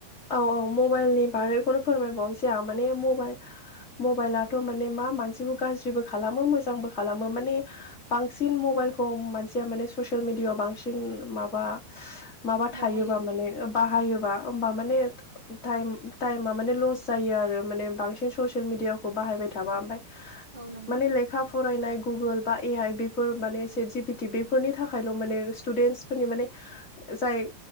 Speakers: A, on the left (about 30°); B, on the right (about 70°).
A: औ औ मबाइलनि बारैखौनो फोरमायबावनोसै आं माने मबाइल मबाइलाथ' माने मा मानसिखौ गाज्रिबो खालामो मोजांबो खालामो माने बांसिन मबाइल खौ मानसिया माने ससियेल मिडिया आव बांसिन माबा माबा थायोबा
B: बाहायो
A: माने बाहायोबा माने टाइम टाइमा माने लस जायो आरो माने बांसिन ससियेल मिडियाखौ बाहायबाय थाबा ओमफाय
B: औ नंगौ
A: माने लेखा फरायनाय गुगोल बा ए आइ बेफोर माने एसे जिपिटि बेफोरनि थाखायल' माने स्टुडेन्टसफोरनि माने जाय